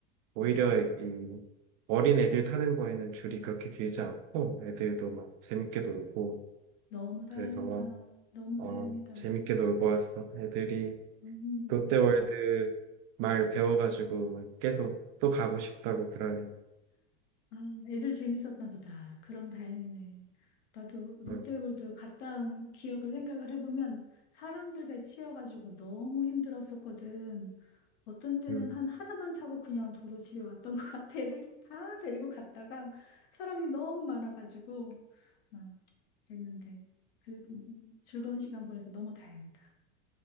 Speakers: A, on the right; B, on the left.
A: 오히려 이 어린 애들 타는 거에는 줄이 그렇게 길지 않고 애들도 막 재밌게 놀고
B: 너무 다행이다.
A: 그래서
B: 너무
A: 어
B: 다행이다.
A: 재밌게 놀고 왔어. 애들이
B: 음.
A: 롯데월드 말 배워가지고 막 계속 또 가고 싶다고 그러네.
B: 아, 애들 재밌었나 보다. 그럼 다행이네. 나도 롯데월드
A: 응,
B: 갔다 온 기억을 생각을 해보면 사람들 다 치여가지고 너무 힘들었었거든. 어떤 때는
A: 응.
B: 한 하나만 타고 그냥 도로 집에 왔던 <laughs> 것 같아. 애들 다 데리고 갔다가 사람이 너무 많아가지고 막 그랬는데. 그래, 음, 즐거운 시간 보내서 너무 다행이다.